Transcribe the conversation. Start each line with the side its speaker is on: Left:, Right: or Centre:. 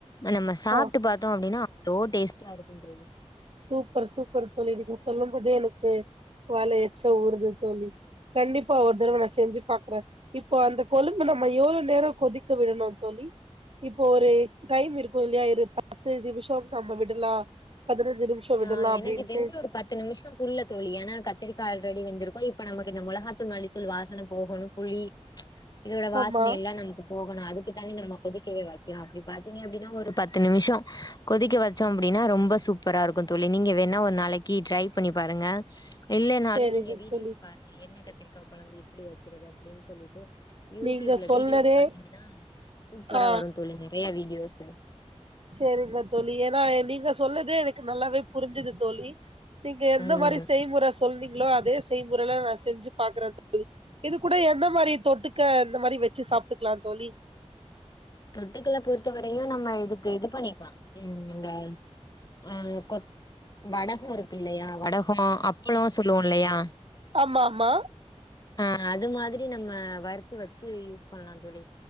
Left: நம்ம சாப்டு
Right: ஆ.
Left: பாத்தோ அப்டின்னா அவ்ளோ டேஸ்டாருக்கு தோழி
Right: சூப்பரு சூப்பரு தோழி இதுக்நீங்க சொல்லும்போதே எனக்கு வால எச்ச ஊருது தோழி கண்டிப்பா ஒரு
Left: ம்.
Right: தர்வ நா செஞ்சு பாக்குற இப்போ அந்த கொழும்பு நம்ம எவ்ளோ நேரொ கொதிக்க விடணு தோழி இப்போ ஒரு டைம் இருக்கு இல்லியா ஒரு பத்து நிமிஷொ நம்ம விடுலா பதினஞ்சு நிமிஷோ விடுலா
Left: ஆ எனக்கு
Right: அப்டின்ட்டு
Left: தெரிஞ்சு ஒரு பத்து நிமிஷ குல்ல தோழி ஏனா கத்திரிக்கா அல்ரெடி வெந்திருக்கு இப்ப நமக்கு இந்த மொளகாதூள் மல்லித்தூள் வாசன போகணு புளி இதோட வாசனைஎல்லா
Right: ஆமா
Left: நமக் போகணு அதுக்குதானே நம்ம கொதிக்கவே வக்கிறோ அப்டி பாத்தீங்க அப்டின்னா ஒரு பத்து நிமிஷொ கொதிக்க வைச்சோ அப்டின்னா ரொம்ப சூப்பராருக்கு தோழி நீங்க வேனா ஒருநாளைக்கு ட்ரை பண்ணி பாருங்க இல்லன்னாலு
Right: சேரிங்க
Left: நீங்க வீடியோஸ்
Right: தோழி
Left: பாரு என்ன கத்திரிக்கா கொழம்பு எப்புடி வக்கிறது அப்டின் சொல்லிட்டு யூடியூப்ல
Right: நீங்க சொன்னதே
Left: வீடியோஸ் பாத்தீங்கன்னா சூப்பராவரு
Right: ஆ
Left: தோழி நெறைய வீடியோஸ்ஸு
Right: செரிங்க தோழி ஏன்னா நீங்க சொன்னதே எனக்கு நல்லாவே புரிஞ்சுது தோழி நீங்க எந்த
Left: ம்
Right: மாரி செய்முற சொல்வீங்ளோ அதே செய்முறல நா செஞ்சு பாக்குற தோழி இது கூட எந்த மாறி தொட்டுக்க இந்த மாரி வெச்சு சாப்ட்டுக்கலா தோழி
Left: தொட்டுக்கள பொறுத்த வரையு நம்ம இதுக்கு இது பண்ணிக்கலா ம் ந்த அம் கொத் வடக இருக்குல்லயா வடக அப் <unintelligible> சொல்லுவோம் இல்லையா
Right: மாமா
Left: அ அது மாதிரி நம்ம வறுத்து வச்சு யூஸ் பண்ணலா தோழி